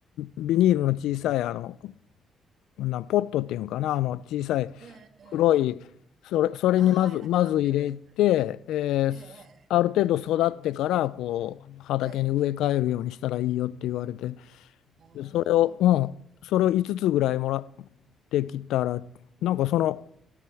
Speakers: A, on the left; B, on the right.
A: ビニールの小さい、あの、な、ポットっていうんかな、あの、小さい
B: ええ、ええ。
A: 黒い、それ、それにまず、
B: ああ、はいはい、
A: まず入れて、
B: わかります。
A: えーある程度育ってから、
B: ええ、
A: こう、畑に植え替えるようにしたらいいよって言われて、
B: ええ、ええ。はあ、
A: でそれを、うん、それを5つつぐらいもらってきたら、なんかその、